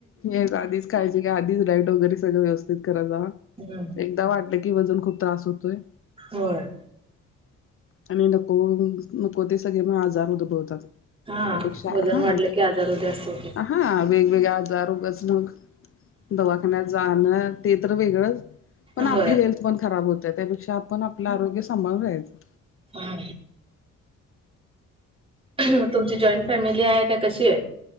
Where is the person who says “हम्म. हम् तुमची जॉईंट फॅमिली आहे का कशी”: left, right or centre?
Right